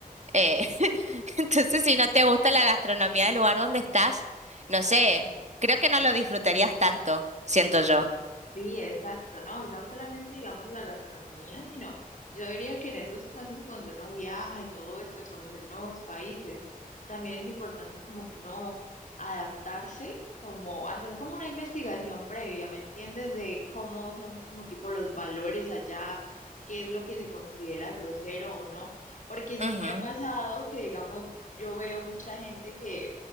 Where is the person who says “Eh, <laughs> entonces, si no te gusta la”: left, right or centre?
Right